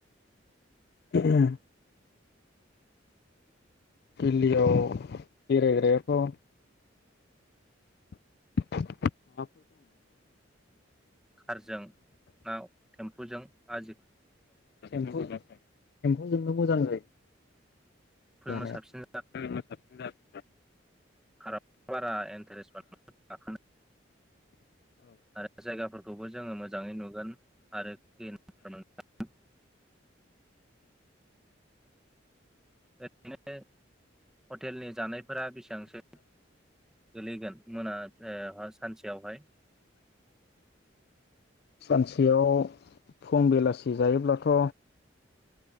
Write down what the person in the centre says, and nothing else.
कारजों ना टेम्फुजों ना
टेम्फुजोंनो साबसिन खाराबारा इन्थारेसथ जायो
आरो जायगाफोरखौबो जोंङो मोजाङै नुगोन आरो क्लिन मोनगोन <inaudible> बे हटेलनि जानायफोरा बेसेबांसो गोलैगोन मोना सानसेयावहाय?